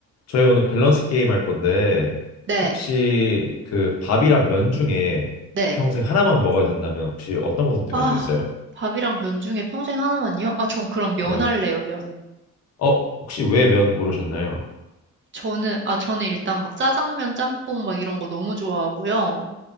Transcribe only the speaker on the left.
저희 오늘 밸런스 게임 할 건데
혹시 그 밥이랑 면 중에
평생 하나만 먹어야 된다면 혹시 어떤 거 선택하시겠어요?
네.
어, 혹시 왜 면 고르셨나요?